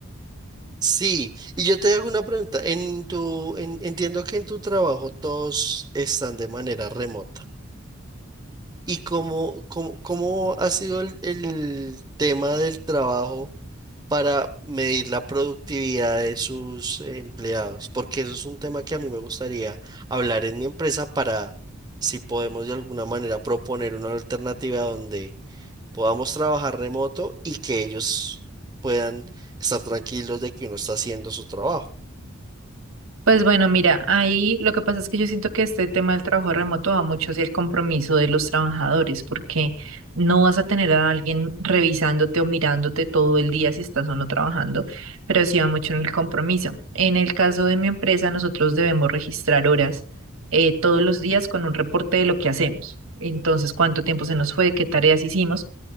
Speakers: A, on the right; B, on the right.
A: Sí, y yo te hago una pregunta. En tu, en- entiendo que en tu trabajo todos están de manera remota. ¿Y cómo, cómo, cómo ha sido el, el tema del trabajo para medir la productividad de sus eh, empleados? Porque eso es un tema que a mí me gustaría hablar en mi empresa para si podemos de alguna manera proponer una alternativa donde podamos trabajar remoto y que ellos puedan estar tranquilos de que uno está haciendo su trabajo.
B: Pues bueno, mira, ahí lo que pasa es que yo siento que este tema del trabajo remoto va mucho hacia el compromiso de los trabajadores, porque no vas a tener a alguien revisándote o mirándote todo el día si estás o no trabajando, pero sí va mucho en el compromiso. En el caso de mi empresa, nosotros debemos registrar horas eh, todos los días con un reporte de lo que hacemos. Entonces, cuánto tiempo se nos fue, qué tareas hicimos.